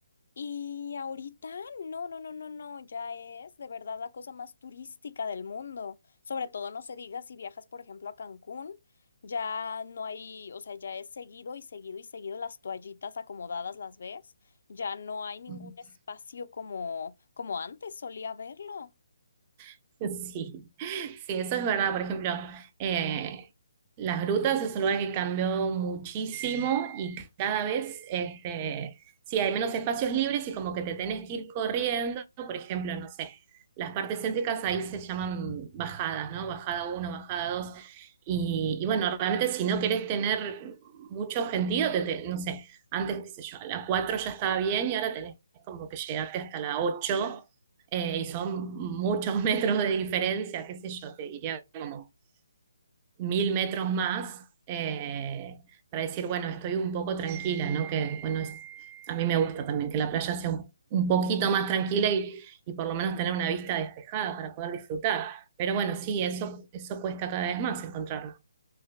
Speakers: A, on the left; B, on the right.
A: Y ahorita, no, no, no, no, no, ya es de verdad la cosa más turística del mundo. Sobre todo no se diga si viajas, por ejemplo, a Cancún, ya no hay, o sea, ya es seguido y seguido y seguido las toallitas acomodadas las ves, ya no hay ningún
B: que,
A: espacio como como antes solía verlo.
B: <laughs> Sí, sí, eso es verdad. Por ejemplo, eh, las grutas es un lugar que cambió muchísimo y cada vez, este, sí, hay menos espacios libres y como que te tenés que ir corriendo. Por ejemplo, no sé, las partes céntricas ahí se llaman bajadas, ¿no? Bajada uno, bajada dos Y, y bueno, realmente si no querés tener mucho sentido, te, te- no sé, antes, qué sé yo, a la 4 ya estaba bien y ahora tenés como que llegarte hasta la ocho eh, y son muchos <laughs> metros de diferencia, qué sé yo, te diría como mil metros más, eh, para decir, bueno, estoy un poco tranquila, ¿no? Que, bueno, es- a mí me gusta también que la playa sea un, un poquito más tranquila y, y por lo menos tener una vista despejada para poder disfrutar. Pero bueno, sí, eso, eso cuesta cada vez más encontrarlo.